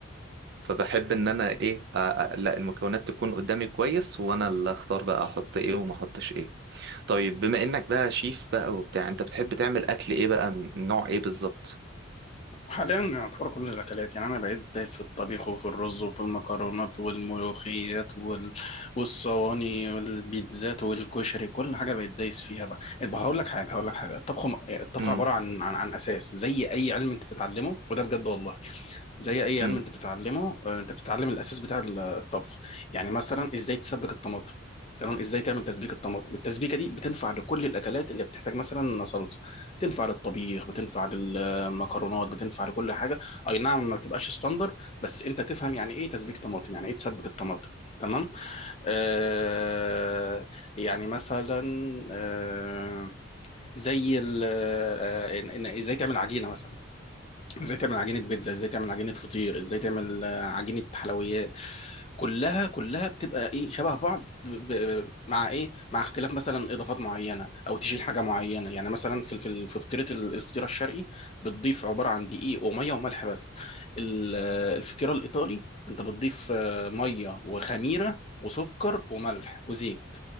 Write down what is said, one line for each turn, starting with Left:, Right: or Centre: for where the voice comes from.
Right: فبحب ان انا ايه أ- أ- لا المكونات تكون قدامي كويس وانا اللي اختار بقى احط ايه وما احطش ايه طيب بما انك بقى شيف بقى وبتاع انت بتحب تعمل اكل ايه بقى من نوع ايه بالظبط
Left: حاليا يعتبر كل الاكلات يعني انا بقيت دايس في الطبيخ وفي الرز وفي المكرونات والملوخيات وال... والصواني والبيتزات والكشري كل حاجه بقيت دايس فيها بقى طب هقول لك حاجه هقول لك حاجه الطبخ م... الطبخ
Right: امم
Left: عباره عن عن, عن اساس زي اي علم انت تتعلمه وده بجد والله زي اي
Right: امم
Left: علم انت بتتعلمه آه، انت بتتعلم الاساس بتاع ال- الطبخ يعني مثلا ازاي تسبك الطماطم تمام ازاي تعمل تسبيك الطماطم التسبيكه دي بتنفع لكل الاكلات اللي بتحتاج مثلا صلصه بتنفع للطبيخ بتنفع للمكرونات بتنفع لكل حاجه اي نعم ما بتبقاش ستاندر بس انت تفهم يعني ايه تسبيك طماطم يعني ايه تسبك الطماطم تمام آه يعني مثلا آه زي ال- آه إن- إن- ازاي تعمل عجينه مثلا ازاي تعمل عجينة بيتزا ازاي تعمل عجينة فطير ازاي تعمل آه، عجينة حلويات كلها كلها بتبقى ايه شبه بعض ب... ب... مع ايه مع اختلاف مثلا اضافات معينة او تشيل حاجة معينة يعني مثلا في في في فطيرة ال- الفطيرة الشرقي بتضيف عبارة عن دقيق ومية وملح بس ال- آه، الفطيرة الايطالي انت بتضيف آه، مية وخميرة وسكر وملح وزيت